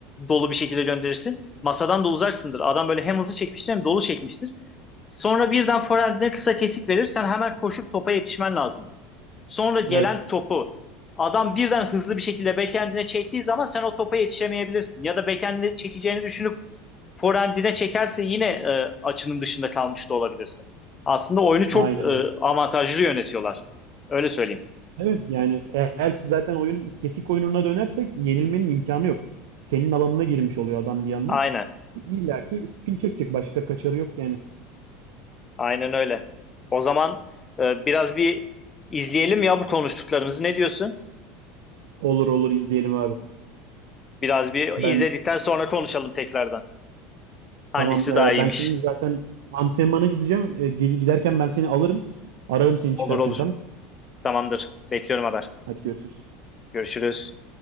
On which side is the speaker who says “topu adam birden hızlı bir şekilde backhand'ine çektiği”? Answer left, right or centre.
Left